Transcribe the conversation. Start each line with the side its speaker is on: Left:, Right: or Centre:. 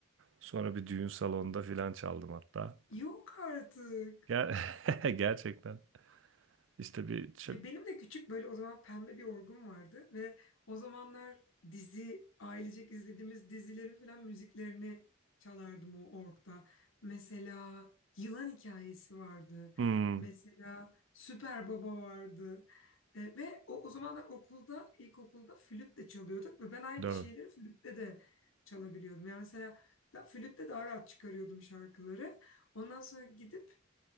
Right: Sonra bir düğün salonunda filan çaldım hatta.
Left: Yok artık.
Right: Ger <laughs> gerçekten işte bir çok
Left: Ya benim de küçük böyle o zaman pembe bir orgum vardı ve o zamanlar dizi, ailecek izlediğimiz dizilerin falan müziklerini çalardım o orgda. Mesela Yılan Hikayesi vardı.
Right: hmm,
Left: Mesela Süper Baba vardı. E, ve o, o zamanlar okulda, ilkokulda flüt de çalıyorduk ve ben aynı
Right: doğru.
Left: şeyleri flütte de çalabiliyordum. Yani mesela da, flütte daha rahat çıkarıyordum şarkıları. Ondan sonra gidip